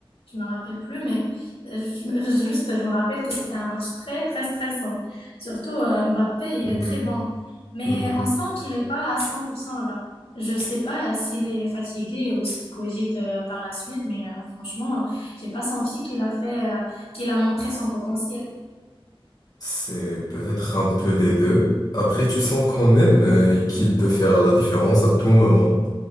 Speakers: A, on the left; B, on the left.
A: je me rappelle plus, mais euh, je me- juste, je me rappelle que c'était un match très, très stressant. Surtout euh, Mbappé,
B: Mhm,
A: il est très bon. Mais
B: mhm.
A: on sent qu'il n'est pas à 100% là. Je sais pas euh, s'il est fatigué ou s'il cogite euh, par la suite, mais euh, franchement, j'ai pas senti qu'il a fait, euh, qu'il a montré son potentiel.
B: C'est peut-être un peu des deux. Après, tu sens quand même euh, qu'il peut faire la différence à tout moment.